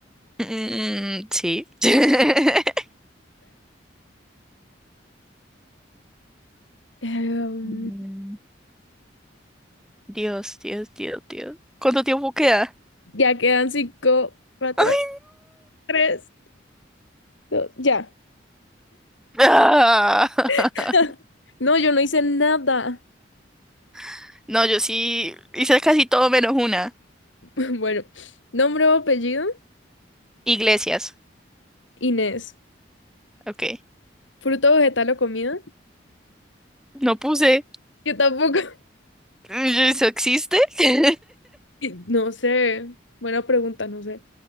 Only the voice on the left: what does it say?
Em,
Ya quedan cinco, cuatro,
tres, dos, ya.
<laughs> No, yo no hice nada.
<laughs> Bueno, nombre o apellido,
Inés.
Fruto, vegetal o comida.
Yo tampoco. <laughs>
Y No sé. Buena pregunta, no sé.